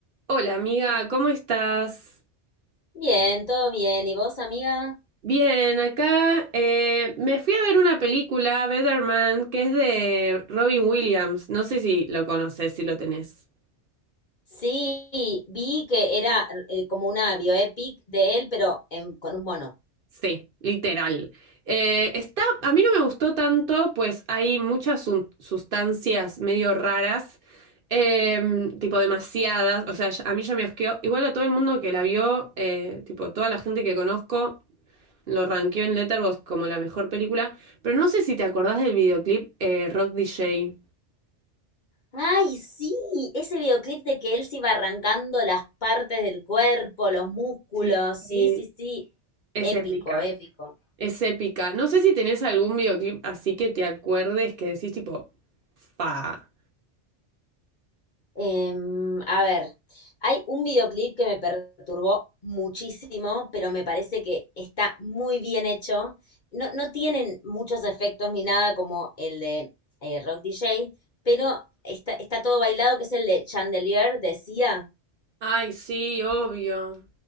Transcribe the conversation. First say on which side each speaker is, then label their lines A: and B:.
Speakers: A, on the right (about 55°); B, on the left (about 50°).
A: Hola amiga, ¿cómo estás?
B: Bien, todo bien. ¿Y vos, amiga?
A: Bien, acá eh, me fui a ver una película, Better Man, que es de Robin Williams. No sé si lo conoces, si lo tenés.
B: Sí, vi que era eh, como una bioepic de él, pero en- con un mono.
A: Sí, literal. Eh, está, a mí no me gustó tanto, pues hay muchas sun- sustancias medio raras, eh, tipo demasiadas. O sea, ya- a mí ya me asqueó. Igual a todo el mundo que la vio, eh, tipo toda la gente que conozco. Lo rankeó en Letterboxd como la mejor película, pero no sé si te acordás del videoclip eh, Rock DJ.
B: Ay, sí, ese videoclip de que él se iba arrancando las partes del cuerpo, los músculos.
A: Sí, y
B: Sí, sí, sí.
A: es
B: Épico,
A: épica,
B: épico.
A: es épica. No sé si tenés algún videoclip así que te acuerdes que decís tipo, fa.
B: Em, a ver, hay un videoclip que me perturbó muchísimo, pero me parece que está muy bien hecho. No, no tienen muchos efectos ni nada como el de eh, Rock DJ, pero está, está todo bailado, que es el de Chandelier, decía,
A: Ay, sí, obvio.